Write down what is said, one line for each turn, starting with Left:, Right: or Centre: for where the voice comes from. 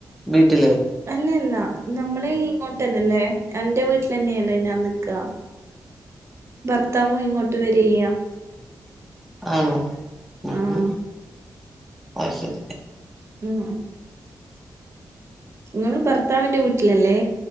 Centre: വീട്ടില്
Right: അല്ലല്ല നമ്മള് ഇങ്ങോട്ട തന്നെല്ലേ എന്റെ വീട്ടിൽ തന്നെയല്ലേ ഞാൻ നിക്ക ഭർത്താവും ഇങ്ങോട്ട് വരി ചെയ്യ
Centre: ആണോ ഉം
Right: ആഹ്
Centre: അഅ്ശരി
Right: ഉം നിങ്ങള് ഭർത്താവിന്റെ വീട്ടിലല്ലേ